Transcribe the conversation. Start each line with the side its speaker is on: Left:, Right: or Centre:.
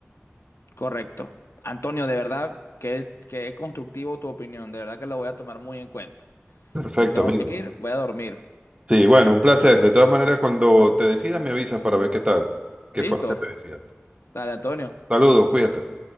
Left: Correcto. Antonio, de verdad, que que constructivo tu opinión, de verdad que lo voy a tomar muy en cuenta.
Right: Perfecto,
Left: Me tengo
Right: amigo.
Left: que ir, voy a dormir.
Right: Sí, bueno, un placer. De todas maneras, cuando te decidas, me avisas para ver qué tal, qué
Left: ¿Listo?
Right: fue lo que te decían.
Left: Dale, Antonio.
Right: Saludos, cuídate.